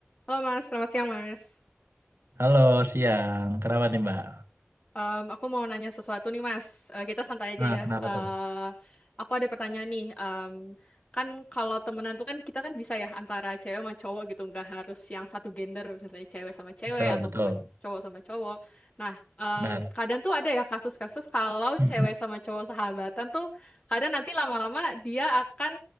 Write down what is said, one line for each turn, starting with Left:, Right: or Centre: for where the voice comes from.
Left: Halo Mas, selamat siang Mas.
Right: Halo, siang. Kenapa nih, Mbak?
Left: Em, aku mau nanya sesuatu nih Mas. Eh, kita santai aja
Right: Nah,
Left: ya.
Right: kenapa
Left: Eh,
Right: tuh?
Left: aku ada pertanyaan nih. Em, kan kalau temenan tuh kan kita kan bisa ya antara cewek sama cowok gitu, nggak harus yang satu gender, misalnya cewek sama cewek
Right: Betul,
Left: atau
Right: betul.
Left: sama cowok sama cowok. Nah, em,
Right: Benar.
Left: kadang tuh ada ya kasus-kasus kalau
Right: Mm.
Left: cewek sama cowok sahabatan tuh kadang nanti lama-lama dia akan